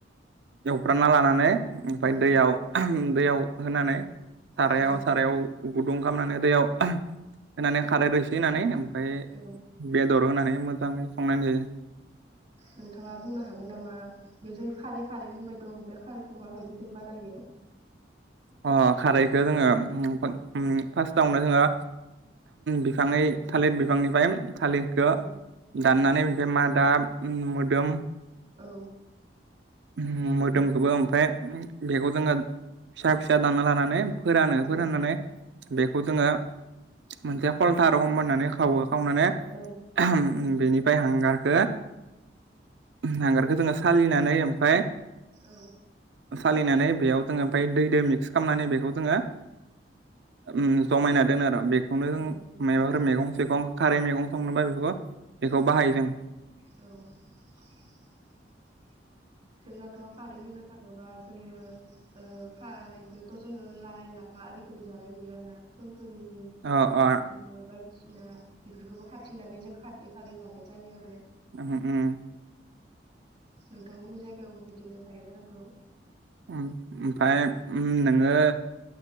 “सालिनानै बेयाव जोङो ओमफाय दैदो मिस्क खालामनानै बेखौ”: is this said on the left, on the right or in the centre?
Right